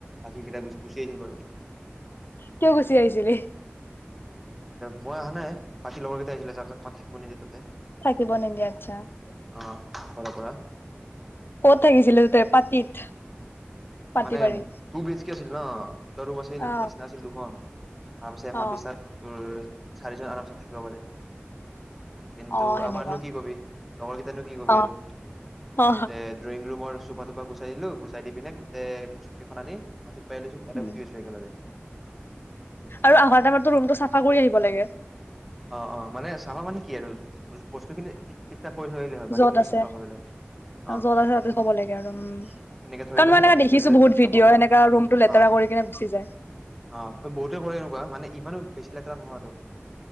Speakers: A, in the centre; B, on the left.
A: বাকী কেইটা গুচি আহিছিল বাৰু।
B: কিয় গুচি আহিছিলি?
A: <unintelligible> নাই বাকী লগৰকেইটা আহিছিলে, জাক তাক মাত থাকিব নিদে তাতে।
B: থাকিব নিদিয়ে আচ্ছা <inaudible>
A: অ ঘৰৰ পৰা
B: ক'ত থাকিছিলি তই পাতিত? পাতি
A: মানে
B: বাৰী
A: টু বেছি কে আছিল ন, দুটা ৰুম আছিল
B: অ
A: বিছনা আছিল দুখন। আৰামছে এখন
B: অ
A: বিছনাত তোৰ। চাৰিজন আৰাম চে থাকিব পাৰে। কিন্তু
B: অ সেনেকুৱা
A: আমাৰনো কি কবি লগৰ কেইটানো কি কবি
B: অ
A: আৰু
B: অ
A: যে ড্ৰয়িং ৰুমৰ। চুফা টোপা গুচাই দিলো গুচাই দি পিনে। তে কুশ্যন কেখন আনি। মাটিত পাই লৈছো, তাতে
B: উম
A: শুই আছো একেলগে।
B: আৰু আহাৰ টাইমততো ৰুমটো চাফা কৰি আহিব লাগে।
A: অ অ মানে চাফা মানে কি আৰু বস্তুখিনি ঠিক ঠিক। কৰি থৈ আহিলে হল বাকী
B: য'ত
A: সিহঁতে
B: আছে
A: চাফা কৰিলে, আহ
B: য'ত আছে তাতে থব লাগে আৰু উম
A: উ উ সেনেকে থৈ
B: কাৰণ
A: আহিলে
B: মই
A: হল
B: এনেকা
A: বাকীখিনি
B: দেখিছো
A: সিহঁতে
B: বহুত
A: চাফা
B: ভিডিঅ'
A: কৰিলে
B: এনেকা ৰুমটো লেতেৰা
A: অ
B: কৰি কিনে গুচি যায়
A: অ বহুতে কৰে এনেকুৱা মানে ইমানো। বেছি লেতেৰা নহোৱাটো।